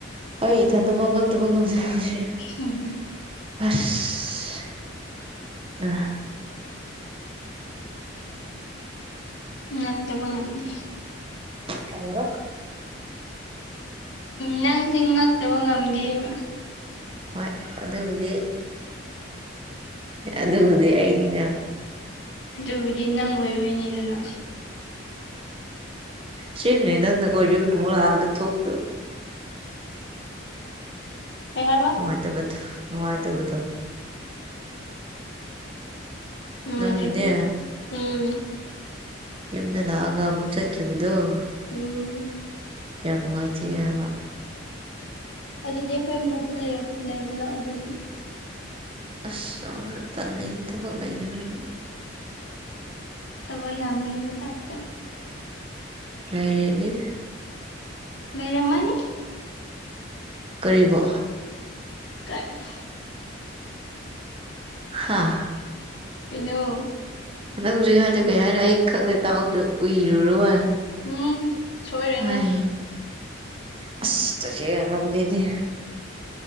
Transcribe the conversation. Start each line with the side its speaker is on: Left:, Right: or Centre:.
Right: ꯑ ꯏꯊꯟꯗ ꯐꯒꯜꯊ ꯐꯒꯁꯤꯦ
Left: ꯎꯝ
Right: ꯑꯁ ꯑ
Left: ꯉꯠꯇꯕ ꯉꯝꯗꯦ
Right: ꯀꯕ꯫
Left: ꯅꯪꯁ ꯉꯛꯇꯕ ꯉꯝꯗꯦꯕ
Right: ꯍ ꯑꯗꯨꯗꯕꯨꯗꯤ ꯑꯗꯨꯕꯨꯗꯤ ꯑꯩꯅꯤꯗ
Left: ꯑꯗꯨꯕꯨꯗꯤ ꯅꯪ ꯑꯣꯏꯔꯣꯏꯅꯤꯗꯅ
Right: ꯁꯤꯅꯦ ꯅꯪ ꯅ ꯀ ꯌ ꯃꯒ ꯊꯣꯛ
Left: ꯀꯕ
Right: ꯅꯨꯡꯉꯥꯏꯇꯕꯗꯣ ꯅꯨꯡꯉꯥꯏꯇꯕꯗꯣ
Left: ꯎꯝ
Right: ꯅꯪꯅꯅꯦ
Left: ꯑꯗꯨ꯭ꯔꯗꯤ ꯎꯝ
Right: ꯏꯕꯗꯂ ꯑꯒ ꯃꯕꯨꯆ ꯆꯦꯕꯗꯨꯣ
Left: ꯎꯝ
Right: ꯌꯥꯝ ꯅꯨꯡꯉꯥꯏꯖꯩ ꯍꯥꯏꯕ
Left: ꯑꯗꯨꯗꯤ ꯑꯩꯈꯣꯏ ꯑꯝ ꯑꯝ ꯂꯩꯕ ꯂꯥꯛꯑꯣ ꯑꯗꯨꯗꯤ
Right: ꯑꯁ ꯑꯁꯨ ꯇꯟ ꯂꯩꯅꯦ ꯊꯕꯛ ꯂꯩꯗꯅꯤꯅ
Left: ꯁꯕꯣꯏ ꯌꯥꯝꯅꯕ ꯇ
Right: <unintelligible>
Left: ꯅꯩꯔꯝꯃꯅꯤ
Right: ꯀꯔꯤꯕ
Left: <inaudible>
Right: ꯍꯥꯥ
Left: ꯀꯩꯅꯣ
Right: ꯅꯪ ꯍꯧꯖꯤꯛ ꯍꯥꯏꯗ ꯀꯩ ꯍꯥꯏꯅꯣ ꯑꯩ ꯈꯪꯗ꯭ꯔꯦ ꯇꯥꯍꯧꯗ꯭ꯔꯦ ꯎꯏꯔꯨꯔ ꯃꯥꯜꯂꯦ
Left: ꯎꯝ ꯁꯣꯏꯔꯦ
Right: ꯍꯥꯏ
Left: ꯅꯪ
Right: ꯑꯁ ꯇꯁꯦꯝꯗꯗꯤ